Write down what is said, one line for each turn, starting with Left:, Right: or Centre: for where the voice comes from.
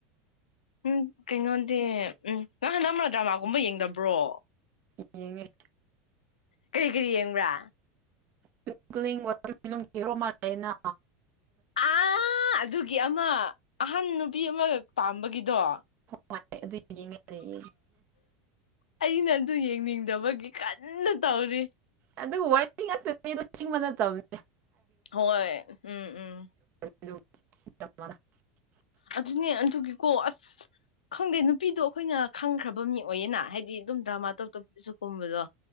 Left: ꯎꯝ ꯀꯩꯅꯣꯗꯤ ꯎꯝ ꯅꯪ ꯍꯟꯗꯛ ꯃꯔꯛ ꯗ꯭ꯔꯃꯥ ꯒꯨꯝꯕ ꯌꯦꯡꯗꯕ꯭ꯔꯣ
Right: ꯌꯦꯡꯉꯦ
Left: ꯀꯔꯤ ꯀꯔꯤ ꯌꯦꯡꯕ꯭ꯔꯥ
Right: ꯀ꯭ꯂꯤꯡ ꯀ꯭ꯂꯤꯡ ꯋꯥꯇꯔꯃꯦꯂꯣꯟꯒꯤ ꯍꯦꯔꯣ ꯃꯥꯜꯂꯦꯅꯥ
Left: ꯑꯥ ꯑꯗꯨꯒꯤ ꯑꯃ ꯑꯍꯟ ꯅꯨꯄꯤ ꯑꯃ ꯄꯥꯝꯕꯒꯤꯗꯣ
Right: ꯍꯣꯢ ꯑꯗꯨ ꯌꯦꯡꯉ ꯂꯩꯌꯦ
Left: ꯑꯩꯅ ꯑꯗꯨ ꯌꯦꯡꯅꯤꯡꯗꯕꯒꯤ ꯀꯟꯅ ꯇꯧꯔꯤ
Right: ꯑꯗꯨꯒ ꯋꯥꯔꯤ ꯉꯥꯛꯇꯅꯤꯗꯣ ꯆꯤꯡꯕ ꯅꯠꯇꯝꯅꯦ
Left: ꯍꯣꯏ ꯎꯝ ꯎꯝ
Right: <unintelligible>
Left: ꯑꯗꯨꯅꯦ ꯑꯗꯨꯒꯤꯀꯣ ꯑꯁ ꯈꯪꯗꯦ ꯅꯨꯄꯤꯗꯣ ꯑꯈꯣꯏꯅ ꯈꯪꯈ꯭ꯔꯕ ꯃꯤ ꯑꯣꯏꯌꯦꯅꯥ ꯍꯥꯏꯗꯤ ꯑꯗꯨꯝ ꯗ꯭ꯔꯃꯥ ꯇꯣꯞ ꯇꯣꯞꯄꯗꯁꯨ ꯀꯨꯝꯕꯗꯣ